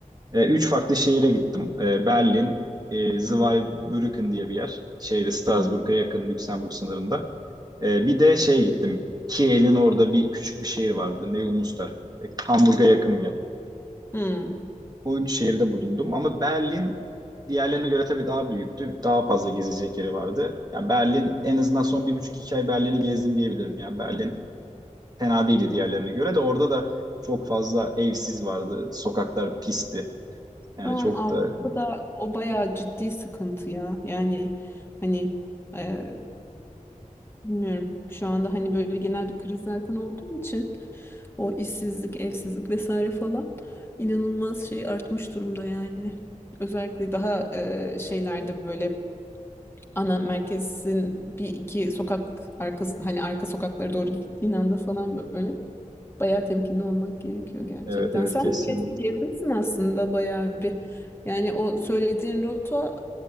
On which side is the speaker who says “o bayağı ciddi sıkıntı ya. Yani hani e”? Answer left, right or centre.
Left